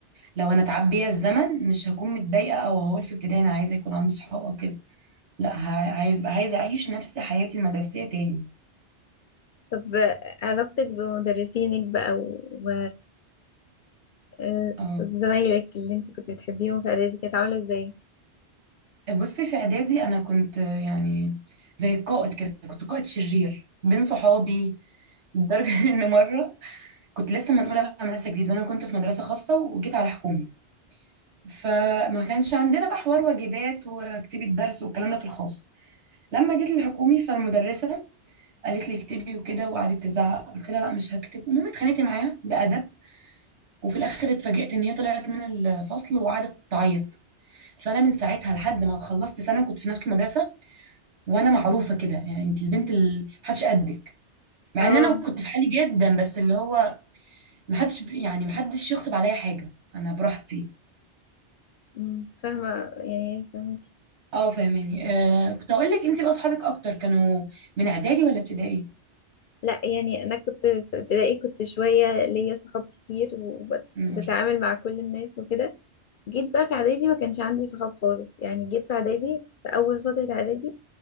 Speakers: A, on the right; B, on the left.
A: لو انا اتعب بيا الزمن مش هكون متضايقة او هقول في ابتدائي انا عايزة يكون عندي صحاب او كده لا ه- عايز بقى عايزة اعيش نفس حياتي المدرسية تاني
B: طب علاقتك بمدرسينك بقى و و... آه،
A: اه
B: زمايلك اللي أنت كنت بتحبيهم في إعدادي كانت عاملة إزاي؟
A: بصي في اعدادي انا كنت يعني زي القائد كده كنت قائد شرير بين صحابي لدرجة <laughs> ان مرة كنت لسه منقولة بقى على مدرسة جديدة وانا كنت في مدرسة خاصة وجيت على حكومي فما كانش عندنا بقى حوار واجبات واكتبي الدرس والكلام ده في الخاص لما جيت الحكومي فالمدرسة قالت لي اكتبي وكده وقعدت تزعق قلت لها لا مش هكتب المهم اتخانقت معاها بأدب وفي الاخر اتفاجئت ان هي طلعت من الفصل وقعدت تعيط فانا من ساعتها لحد ما خلصت ثانوي كنت في نفس المدرسه وانا معروفه كده يعني انت البنت اللي محدش قدك مع
B: اه
A: ان انا كنت في حالي جدا بس اللي هو محدش يعني محدش يغصب عليا حاجه انا براحتي
B: مم، فاهمة يعني فاهمة
A: اه فاهماني آه كنت اقول لك انت بقى اصحابك اكتر كانوا من اعدادي ولا ابتدائي
B: لا يعني انا كنت في ابتدائي كنت شويه ليا صحاب كتير
A: مم،
B: وبتعامل
A: ما شاء
B: مع كل الناس وكده جيت بقى في اعدادي ما كانش عندي صحاب خالص يعني جيت في اعدادي في اول فتره اعدادي